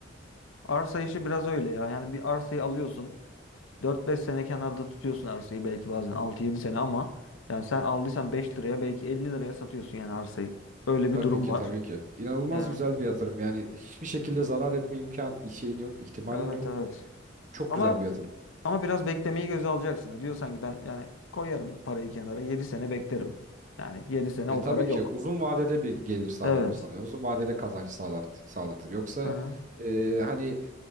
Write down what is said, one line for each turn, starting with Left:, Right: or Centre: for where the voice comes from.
Left: Arsa işi biraz öyle ya. Yani bir arsayı alıyorsun. dört beş sene kenarda tutuyorsun arsayı belki bazen altı yedi sene ama yani sen aldıysan beş liraya belki 50 liraya satıyorsun yani arsayı. Öyle bir
Right: Tabii
Left: durum
Right: ki,
Left: var.
Right: tabii ki. İnanılmaz
Left: Yani
Right: güzel bir yatırım. Yani hiçbir şekilde zarar etme imkan şeyin yok, ihtimalin
Left: evet
Right: yok.
Left: evet.
Right: Çok
Left: Ama
Right: güzel bir yatırım.
Left: ama biraz beklemeyi göze alacaksın. E, Diyorsan ki ben yani koyarım parayı kenara 7 sene beklerim. Yani 7 sene
Right: E
Left: o
Right: tabii
Left: para yok.
Right: ki uzun vadede bir gelir sağlar
Left: Evet.
Right: o sana. Uzun vadede kazanç sağlar, sağlatır. Yoksa
Left: Aha,
Right: e, hani